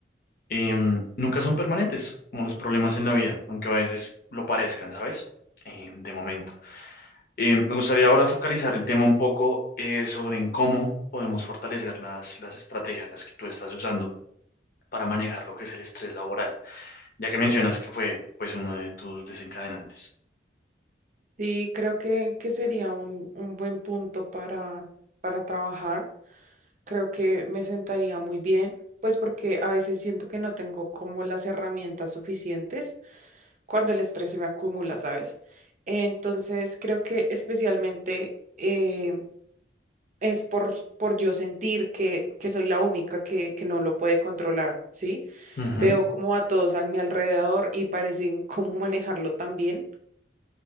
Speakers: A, on the left (about 50°); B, on the right (about 45°).
A: Em, nunca son permanentes, como los problemas en la vida, aunque a veces lo parezcan, ¿sabes? Em, de momento. Eh, me gustaría ahora focalizar el tema un poco eh, sobre en cómo podemos fortalecer las, las estrategias, las que tú estás usando para manejar lo que es el estrés laboral, ya que mencionas que fue pues uno de tus desencadenantes.
B: Sí, creo que, que sería un, un buen punto para, para trabajar. Creo que me sentaría muy bien, pues porque a veces siento que no tengo como las herramientas suficientes cuando el estrés se me acumula, ¿sabes? Entonces, creo que especialmente eh, es por, por yo sentir que, que soy la única que, que no lo puede controlar, ¿sí?
A: Ujú.
B: Veo como a todos a mi alrededor y parecen <laughs> cómo manejarlo también